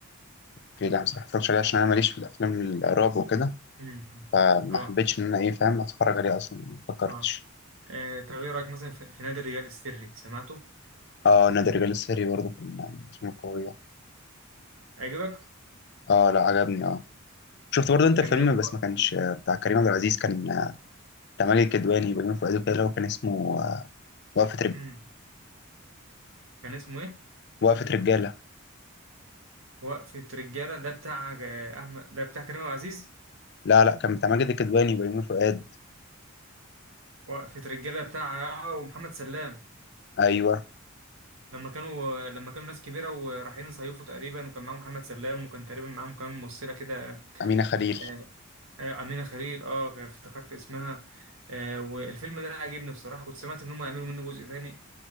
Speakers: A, on the left (about 55°); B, on the right (about 75°).
A: أوكي لا صراحة ما اتفرجتش عليه عشان أنا ماليش في الأفلام الرعب وكده
B: مم.
A: فما
B: اه
A: حبيتش إن أنا إيه فاهم أتفرج عليه أصلا ما فكرتش
B: اه آه، طب ايه رايك مثلا في في نادي الرجال السري سمعته
A: آه نادي الرجال السري برضه كان من الأفلام القوية
B: عجبك
A: آه لا عجبني آه شفت برضه أنت
B: كان
A: فيلم
B: بيومي
A: بس
B: فؤاد
A: ما كانش آه، بتاع كريم عبد العزيز كان آه، بتاع ماجد الكدواني وبيومي فؤاد وكده اللي هو كان اسمه آه، وقفة رج...
B: مم. كان اسمه ايه
A: وقفة رجالة
B: وقفة رجالة ده بتاع آه، احمد ده بتاع كريم عبد العزيز
A: لا لا كان بتاع ماجد الكدواني وبيومي فؤاد
B: وقفة رجالة بتاع آه، ومحمد سلام
A: أيوه
B: لما كانوا لما كانوا ناس كبيره ورايحين يصيفوا تقريبا وكان معاهم محمد سلام وكان تقريبا معاهم كمان ممثله كده
A: أمينة خليل
B: آه، آه، امينه خليل اه افتكرت اسمها آه، والفيلم ده عجبني بصراحه كنت سمعت ان هم يعملوا منه جزء تاني